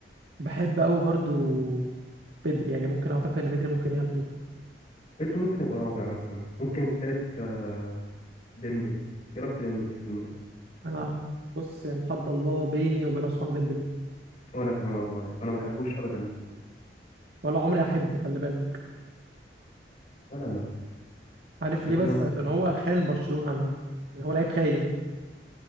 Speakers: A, on the right; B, on the left.
A: بحب قوي برضو بدري يعني ممكن اعتقد ان بدري ممكن ياخده
B: بدري ممكن يبقى رابع مثلا ممكن التالت آه، ديمبلي ايه رايك في ديمبلي السيزون ده
A: انا بص يعني حد الله بيني وبين عثمان ديمبلي
B: وانا كمان والله انا ما بحبوش ابدا
A: ولا عمري احبه خلي بالك
B: ولا انا
A: عارف
B: شكلنا
A: ليه بس
B: متفقين
A: عشان هو
B: في الحوار
A: خان
B: ده
A: برشلونة انا هو لعيب خاين